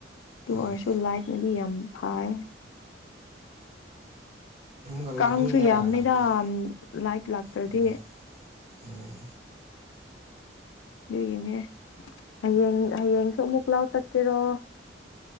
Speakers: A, on the left; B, on the right.
A: ꯇꯨ
B: ꯑꯗꯨꯒ
A: ꯑꯣꯏꯔꯁꯨ ꯂꯥꯏꯠꯅꯗꯤ ꯌꯥꯝ ꯐꯥꯏ
B: ꯀ ꯂꯥꯛꯀꯅꯤꯗꯅ
A: ꯀꯥꯡꯁꯨ ꯌꯥꯝꯃꯦꯗ
B: ꯂꯥꯛꯄꯗꯤ
A: ꯂꯥꯏꯠ ꯂꯥꯛꯇ꯭ꯔꯗꯤ
B: ꯎꯝ ꯎꯝ
A: ꯑꯗꯨꯏꯒꯤꯅꯦ ꯍꯌꯦꯡ ꯍꯌꯦꯡꯁꯨ ꯑꯃꯨꯛ <unintelligible> ꯆꯠꯀꯦꯔꯣ